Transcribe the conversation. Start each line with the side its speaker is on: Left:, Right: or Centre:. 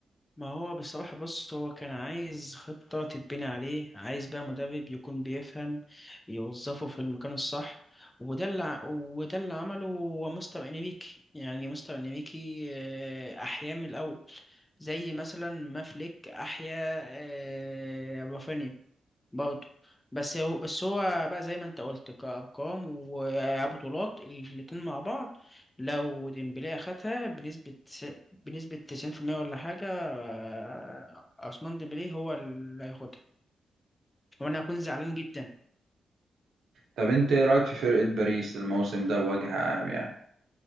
Left: ما هو بصراحة بص هو كان عايز خطة تتبني عليه عايز بقى مدرب يكون بيفهم يوظفه في المكان الصح وده اللي ع- وده اللي عمله هو مستر انريكي يعني مستر انريكي آه، أحيا من الأول زي مثلا ما فليك أحيا آه، رافينيا برضه بس هو بس هو بقى زي ما انت قلت كأرقام وبطولات الاتنين مع بعض لو ديمبلي أخدها بنسبة تس- بنسبة تسعين في المية ولا حاجة آه، عثمان ديمبلي هو اللي هياخدها وأنا هكون زعلان جدا
Right: طب انت ايه رايك في فرقه باريس الموسم ده بوجه عام يعني